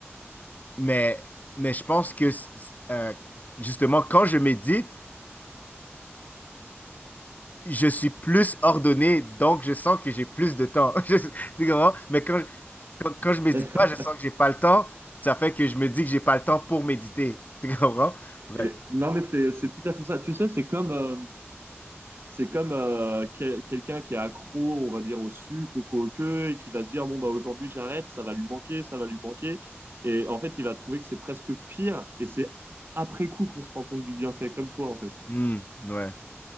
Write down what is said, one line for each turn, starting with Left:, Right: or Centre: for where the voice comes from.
Left: mais, mais je pense que, c- c- euh, justement, quand je médite, je suis plus ordonné, donc je sens que j'ai plus de temps. <laughs> Je- Tu comprends? Mais quand, quand, quand je médite
Right: <laughs>
Left: pas, je sens que j'ai pas le temps. Ça fait que je me dis que j'ai pas le temps pour méditer. <laughs> Tu comprends? Bref.
Right: Et- non, mais c'est c'est tout à fait ça. Tu sais, c'est comme euh, C'est comme euh, quel- quelqu'un qui est accro, on va dire, au sucre ou quoi que, et qui va se dire, bon, bah, aujourd'hui, j'arrête, ça va lui manquer, ça va lui manquer. Et en fait, il va trouver que c'est presque pire, et c'est après coup qu'on se rend compte du bienfait, comme toi, en fait.
Left: Hmm, ouais.